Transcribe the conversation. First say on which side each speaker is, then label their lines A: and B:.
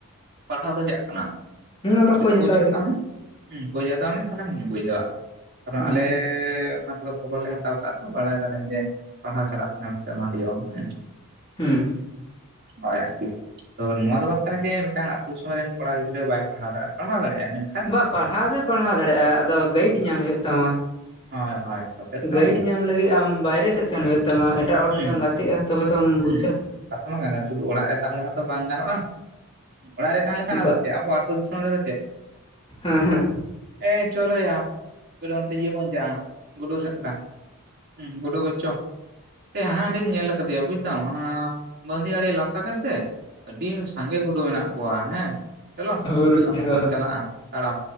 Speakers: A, on the right; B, on the left.
A: ᱯᱟᱲᱦᱟᱣ ᱫᱚ ᱪᱟᱜ ᱠᱟᱱᱟ
B: ᱦᱩᱸ ᱟᱫᱚ
A: ᱠᱟᱹᱴᱤᱡ
B: ᱠᱷᱚᱡ
A: ᱠᱷᱳᱪ ᱦᱟᱛᱟᱣ
B: ᱦᱩᱭᱩᱜᱼᱟ
A: ᱢᱮ ᱡᱷᱳᱡ ᱦᱟᱛᱟᱣ ᱢᱮ ᱛᱟᱦᱞᱮᱢ ᱵᱩᱡᱷᱮᱻᱟ ᱠᱟᱨᱚᱱ
B: ᱦᱩᱸ
A: ᱟᱞᱮ ᱚᱱᱟ ᱠᱷᱚᱵᱚᱨ ᱞᱮ ᱦᱟᱛᱟᱣ ᱠᱟᱜᱼᱟ ᱛᱚ ᱵᱟᱲᱟᱭ ᱫᱟᱞᱮᱧ ᱡᱮ ᱯᱟᱲᱦᱟᱣ ᱪᱟᱞᱟᱜ ᱠᱟᱱᱟ ᱢᱮᱱᱛᱮ ᱱᱚᱣᱟ ᱫᱤᱭᱮ ᱦᱚ ᱦᱩᱸ
B: ᱦᱩᱸ
A: ᱦᱳᱭ ᱟᱨᱠᱤ ᱛᱚ ᱱᱚᱣᱟ ᱫᱚ ᱵᱟᱝ ᱠᱟᱱᱟ ᱡᱮ ᱢᱤᱫᱴᱟᱝ ᱟᱛᱩ ᱥᱚᱢᱚᱭ ᱨᱮᱱ ᱠᱚᱲᱟ ᱜᱤᱫᱽᱨᱟᱹ ᱵᱟᱭ ᱯᱟᱲᱦᱟᱣ ᱫᱟᱲᱮᱭᱟ ᱯᱟᱲᱦᱟᱣᱜ ᱫᱟᱲᱮᱟᱭ ᱢᱮᱱ
B: ᱵᱟ ᱯᱟᱲᱦᱟᱣ ᱫᱚᱭ ᱯᱟᱲᱦᱟᱣ ᱫᱟᱲᱮᱭᱟᱜᱼᱟ ᱟᱫᱚ ᱜᱟᱹᱭᱤᱴ
A: ᱦᱩᱸ
B: ᱧᱟᱢ ᱦᱩᱭᱩᱜ ᱛᱟᱢᱟ
A: ᱦᱳᱭ ᱦᱳᱭ ᱠᱟᱛᱷᱟ ᱦᱩᱭᱩᱜ ᱠᱟᱱᱟ
B: ᱜᱟᱹᱭᱤᱰ
A: ᱱᱚᱣᱟ
B: ᱧᱟᱢ ᱞᱟᱹᱜᱤᱫ ᱟᱢ ᱵᱟᱭᱨᱮ ᱥᱮᱫ ᱥᱮᱱ ᱦᱩᱭᱩᱜ ᱛᱟᱢᱟ ᱮᱴᱟᱜ ᱦᱚᱲ
A: ᱦᱩᱸ
B: ᱥᱟᱛᱮ ᱮᱢ ᱜᱟᱛᱮᱜᱼᱟ ᱛᱚᱵᱮ ᱛᱚᱢ
A: ᱦᱩᱸ
B: ᱵᱩᱪᱟ
A: ᱠᱟᱛᱷᱟ ᱢᱟ ᱜᱟᱱᱚᱼ ᱥᱩᱫᱷᱩ ᱚᱲᱟᱜ ᱨᱮ ᱛᱟᱦᱮᱸᱞᱮᱠᱷᱟᱱ ᱫᱚ ᱵᱟᱝ ᱜᱟᱱᱚᱜᱼᱟ ᱚᱲᱟᱜ ᱨᱮ ᱛᱟᱦᱮᱸᱞᱮᱠᱷᱟᱱ ᱟᱫᱚ
B: ᱵᱟ
A: ᱪᱮᱫ ᱟᱵᱚᱣᱟᱜ ᱟᱹᱛᱩ ᱫᱤᱥᱚᱢ ᱨᱮᱫᱚ ᱪᱮᱫ <unintelligible>
B: ᱦᱮᱸ ᱦᱮᱸ
A: ᱮᱸ ᱪᱚᱞᱚᱭᱟ ᱚᱱᱛᱮ ᱤᱭᱟᱹ ᱵᱚᱱ ᱪᱟ ᱟ ᱜᱩᱰᱩ ᱥᱮᱸᱫᱨᱟ ᱦᱮᱸ ᱜᱳᱰᱳ ᱜᱚᱡ ᱪᱚ ᱦᱟᱱᱟ ᱦᱟᱸᱰᱮᱧ ᱧᱮᱞ ᱠᱟᱫᱮᱭᱟ ᱵᱩᱡᱫᱟᱢ ᱦᱟᱱᱟ ᱵᱟᱺᱫᱷᱤ ᱟᱲᱮ ᱞᱟᱛᱟᱨ ᱨᱮᱥᱮ ᱟᱹᱰᱤ ᱥᱟᱸᱜᱮ ᱜᱩᱰᱩ ᱢᱮᱱᱟᱜ ᱠᱚᱣᱟ ᱦᱮᱸ ᱪᱚᱞᱚ
B: ᱵᱩᱨᱩᱡ
A: ᱟᱵᱚ
B: ᱫᱚ
A: ᱵᱚᱱ ᱪᱟᱞᱟᱜᱼᱟ ᱛᱟᱲᱟᱣ